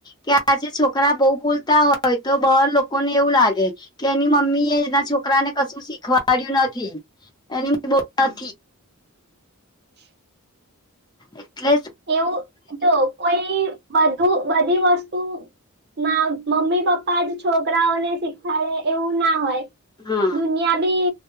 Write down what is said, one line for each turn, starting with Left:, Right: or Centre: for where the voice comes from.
Left: કે આજે છોકરા બહુ બોલતા હોય તો બહું ઓ લોકોને એવું લાગે કે એની મમ્મી એ એના છોકરા ને કશું શીખવાડ્યું નથી એની મમ્મી બોતાથી
Right: હ
Left: એટલે
Right: એવું જો કોઈ બઘુ બધી વસ્તુ માઉ મમ્મી પપ્પા જ છોકરાઓને શીખવાડે એવું ના હોય
Left: હા
Right: દુનિયા બી